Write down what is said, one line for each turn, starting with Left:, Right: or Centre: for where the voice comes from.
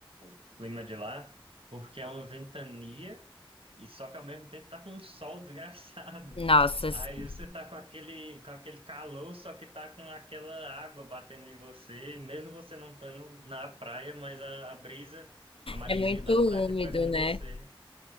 Right: o clima de lá, porque é uma ventania e só que ao mesmo tempo tá com um sol <laughs> desgraçado.
Left: Nossa,
Right: Aí
Left: sim.
Right: você tá com aquele, com aquele calor, só que tá com aquela água batendo em você, mesmo você não estando na praia, mas a, a brisa, a maresia
Left: é muito
Right: da
Left: úmido,
Right: praia fica pegando em
Left: né?
Right: você.